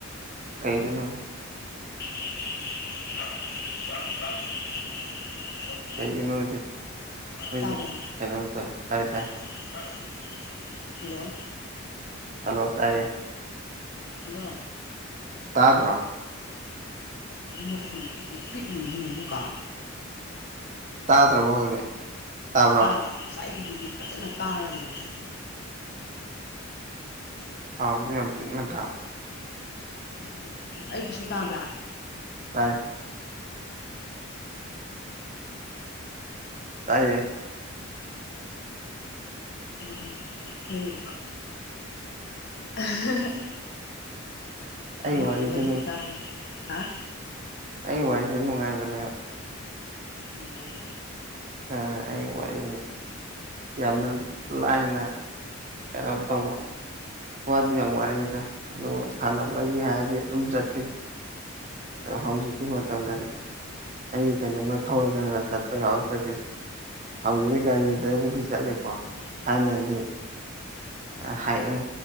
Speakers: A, on the right (about 35°); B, on the left (about 50°).
A: ꯀꯩꯒꯤꯅꯣ
B: <unintelligible>
A: ꯀꯩꯒꯤꯅꯣꯗꯤ ꯃꯣꯏꯁꯦ
B: ꯇꯥꯕ꯭ꯔꯥ
A: ꯀꯩꯅꯣꯝꯇꯧ ꯇꯥꯏ ꯇꯥꯏ
B: <unintelligible> ꯍꯜꯂꯣ
A: ꯍꯜꯂꯣ ꯇꯥꯏꯌꯦ
B: ꯍꯜꯂꯣ
A: ꯇꯥꯗ꯭ꯔꯣ
B: ꯃꯈꯣꯟ ꯏꯄꯤꯛ ꯄꯤꯛꯔꯤꯅꯤ ꯌꯦꯡꯉꯣ ꯃꯨꯛꯀ
A: ꯇꯥꯗ꯭ꯔꯕꯣ ꯍꯧꯖꯤꯛ ꯇꯥꯕ꯭ꯔꯣ
B: ꯇꯥꯝ ꯉꯁꯥꯏꯗꯒꯤꯗꯤ ꯐꯖꯅ ꯇꯥꯔ ꯂꯩ
A: ꯇꯥꯎꯖꯨ ꯌꯥꯝ ꯄꯤꯛꯅ ꯇꯥꯕ
B: ꯅꯪꯒꯤ ꯑꯩꯒꯤꯁꯨ ꯇꯥꯕ꯭ꯔꯥ
A: ꯇꯥꯏ ꯇꯥꯏꯌꯦ
B: ꯎꯝ ꯑꯈꯣꯏꯒꯤ <unintelligible>
A: ꯑꯩ
B: ꯗꯨꯏꯒꯤ
A: ꯋꯥꯔꯤꯁꯦ
B: ꯋꯥꯔꯤ ꯇꯥꯔꯒ ꯑꯥ
A: ꯑꯩꯒꯤ ꯋꯥꯔꯤꯗꯤ ꯂꯣꯏꯝ ꯅꯨꯡꯉꯥꯏꯕꯅꯦꯕ
B: ꯅꯨꯡꯉꯥꯏꯌꯦ
A: ꯑ ꯑꯩ ꯋꯥꯔꯤꯖꯦ ꯌꯥꯝꯅ ꯂꯥꯏꯅ ꯀꯩꯅꯣꯝ ꯇꯧꯕ ꯋꯥꯗꯤ ꯌꯥꯝ ꯋꯥꯔꯦꯛꯑꯦꯗ ꯑꯗꯨꯕꯨ ꯁꯥꯟꯅꯕꯒꯤ ꯍꯥꯏꯔꯗꯤ ꯑꯗꯨꯝ ꯆꯠꯄꯤꯅꯤ ꯑꯗꯣ ꯍꯧꯖꯤꯛꯀꯤ ꯃꯇꯝꯗꯗꯤ ꯑꯩ ꯀꯩꯅꯣꯝꯒ ꯊꯧꯔꯒꯒ ꯆꯠꯄ ꯌꯥꯎꯋꯤ ꯄꯔꯦꯛꯇꯤꯁ ꯍꯧꯖꯤꯛꯇꯤ ꯒꯥꯔꯤꯗꯕꯨꯗꯤ ꯆꯠꯂꯦꯀꯣ
B: ꯎꯝ
A: ꯊꯥꯏꯅꯗꯤ ꯑ ꯍꯥꯢ ꯎꯝ